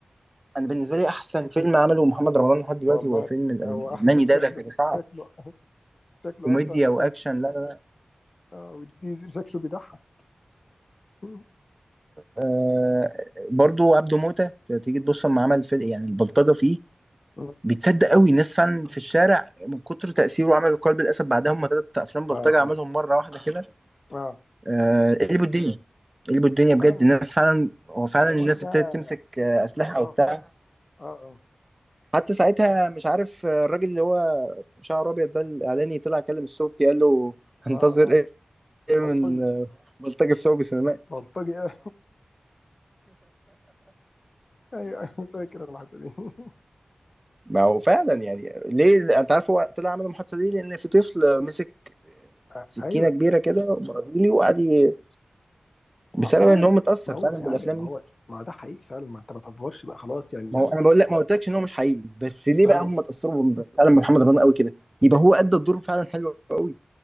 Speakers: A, on the right (about 25°); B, on the left (about 55°).
A: انا بالنسبه لي احسن فيلم عمله محمد رمضان لحد دلوقتي
B: <laughs> والله
A: هو فيلم الالماني
B: هو اصلا شكله
A: ده ده كان صعب
B: شكله شكله
A: كوميديا
B: اصلا <laughs>
A: واكشن لا لا لا
B: اه والديزل شكله بيضحك <laughs>
A: آه برضو عبده موتة تيجي تبص لما عمل فيلم يعني البلطجه فيه
B: اه
A: بيتصدق قوي الناس فعلا في الشارع من كتر تاثيره عمل قلب الاسد بعدها هم ثلاث افلام بلطجه
B: اه
A: عملهم مره واحده كده
B: اه
A: آه قلبوا الدنيا قلبوا الدنيا
B: هم فعلا
A: بجد الناس فعلا هو فعلا
B: كان
A: الناس
B: وقتها
A: ابتدت تمسك آه، اسلحه
B: اه
A: وبتاع
B: اه اه
A: حتى ساعتها مش عارف آه، الراجل اللي هو شعره ابيض ده الاعلاني طلع كلم الصوت قال له هنتظر
B: اه اه
A: ايه
B: بلطجي
A: من آه، بلطجه في سوق سينمائي
B: بلطجي <laughs> آه. ايوه ايوه فاكر أنا الحته دي <laughs>
A: ما هو فعلا يعني ليه انت عارف هو طلع عمل المحادثه دي لان في طفل مسك
B: آه
A: سكينه
B: ايوه
A: كبيره كده برازيلي وقعد ي- بسبب
B: ما فعلا
A: ان هو متاثر
B: ما هو
A: فعلا
B: فعلا
A: بالافلام
B: ما
A: دي
B: هو ما ده حقيقي فعلا ما انت ما تفورش بقى خلاص يعني
A: ما
B: يعني
A: هو انا بقول لك ما قلتلكش ان هو مش حقيقي بس ليه
B: ايوه
A: بقى هم اتاثروا ب- فعلا بمحمد رمضان قوي كده يبقى هو ادى الدور فعلا حلو قوي